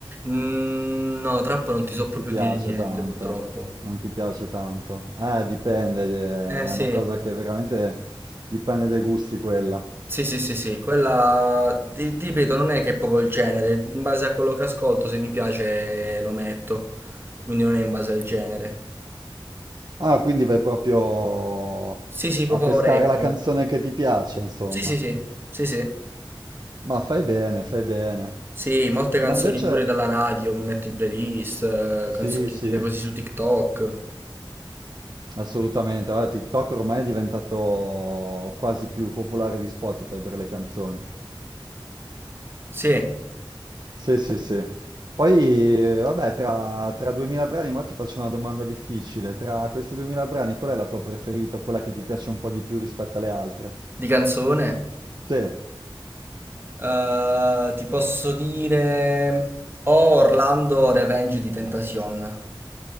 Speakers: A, on the right; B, on the right.
A: Mm, no, trap non ti
B: Non
A: so proprio
B: ti piace
A: dire niente
B: tanto,
A: purtroppo.
B: non ti piace tanto. Eh, dipende, eh,
A: Eh sì.
B: è una cosa che veramente dipende dai gusti quella.
A: Sì, sì, sì, sì, quella ti, ti ripeto, non è che è proprio il genere, in base a quello che ascolto, se mi piace lo metto, quindi non è in base al genere.
B: Ah, quindi vai proprio
A: Sì, sì, proprio
B: a pescare
A: a orecchio.
B: la canzone che ti piace, insomma.
A: Sì, sì, sì, sì, sì.
B: Ma fai bene, fai bene.
A: Sì, molte canzoni
B: Ma invece,
A: pure dalla radio mi metto in playlist, eh,
B: sì,
A: canzoni sentite
B: sì,
A: così su TikTok.
B: assolutamente. Guarda, TikTok ormai è diventato quasi più popolare di Spotify per le canzoni.
A: Sì,
B: Sì, sì, sì. Poi, eh, vabbè, tra, tra 2000 brani, mo ti faccio una domanda difficile. Tra questi 2000 brani, qual è la tua preferita, quella che ti piace un po' di più rispetto alle altre?
A: di canzone.
B: Sì,
A: Eh, ti posso dire... O Orlando Revenge di Tentacion.